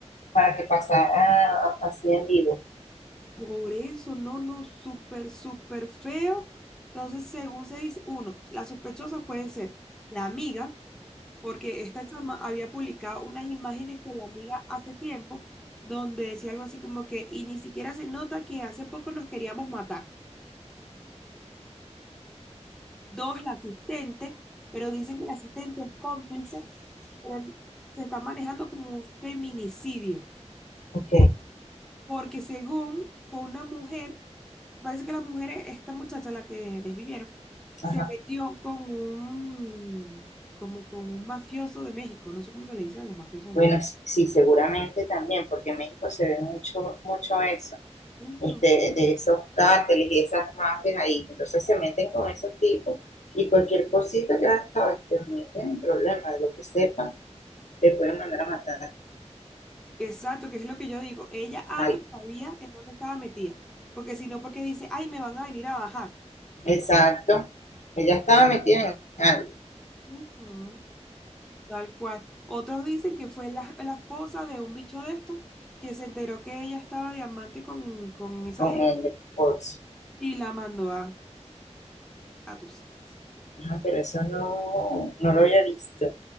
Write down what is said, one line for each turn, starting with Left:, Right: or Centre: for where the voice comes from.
Left: para que pasara así en vivo.
Centre: por eso, no, no, súper, súper feo. Entonces, según se dice, uno, las sospechosas pueden ser la amiga, porque esta chama había publicado unas imágenes con la amiga hace tiempo, donde decía algo así como que, y ni siquiera se nota que hace poco nos queríamos matar. Dos, la asistente, pero dicen que la asistente es cómplice, pero se está manejando como un feminicidio,
Left: Ok,
Centre: porque según fue una mujer, parece que la mujer, esta muchacha, la que desvivieron, se
Left: Ajá.
Centre: metió con un, como con un mafioso de México, no sé cómo se le dice a los mafiosos de
Left: Bueno,
Centre: México.
Left: sí, sí, seguramente también, porque en México se ve mucho, mucho eso,
Centre: Ujú.
Left: este, de esos cárteles y esas mafias ahí. Entonces se meten con esos tipos y cualquier cosita, ya sabes, te meten en problemas, de lo que sepas, te pueden mandar a matar.
Centre: Exacto, que es lo que yo digo. Ella algo
Left: Ay,
Centre: sabía en dónde estaba metida, porque si no, porque dice, ay, me van a venir a bajar.
Left: exacto. Ella estaba metida en algo
Centre: Ujú. Tal cual. Otros dicen que fue la, la esposa de un bicho de estos que se enteró que ella estaba de amante con, con esa
Left: con
Centre: gente
Left: el esposo.
Centre: y la mandó a, a tú sabes.
Left: Ajá, pero eso no, no lo había visto.